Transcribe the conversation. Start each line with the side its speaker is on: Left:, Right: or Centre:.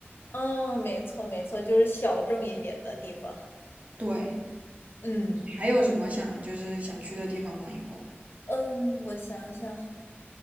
Left: 嗯，没错没错，就是小众一点的地方。
Right: 对，
Left: 嗯，
Right: 还有什么想就是想去的地方吗？以后？
Left: 嗯，我想想，